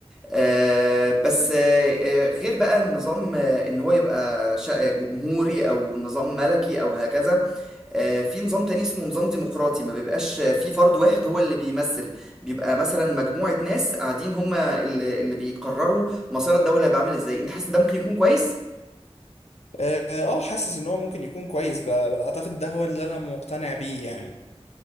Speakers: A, in the centre; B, on the left.
A: آه، بس آه، آه، غير بقى النظام آه، ان هو يبقى شا- آه، جمهوري او نظام ملكي او هكذا آه، في نظام تاني اسمه نظام ديمقراطي ما بيبقاش آه، في فرد واحد هو اللي بيمثل بيبقى مثلا مجموعة ناس قاعدين هم اللي اللي بيقرروا مسار الدولة هيبقى عامل ازاي انت حاسس ان ده ممكن يكون كويس
B: اه آه، حاسس ان هو ممكن يكون كويس ب- بل اعتقد ده هو اللي انا مقتنع بيه يعني